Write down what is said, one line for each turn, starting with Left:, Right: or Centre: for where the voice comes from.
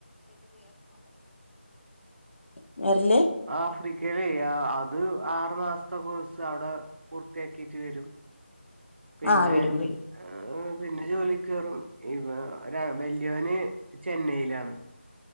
Left: <inaudible> വരല്
Right: ആഫ്രിക്കയിലെ അത് ആറു മാസത്തെ കോഴ്സ് അവിടെ പൂർത്തിയാക്കിട്ട് വരും പിന്നെ
Left: ആ വരും വരും
Right: ഏഹ് പിന്നെ ജോലിക്ക് കയറും ഇ രാ വല്യോന് ചെന്നൈയിലാണ്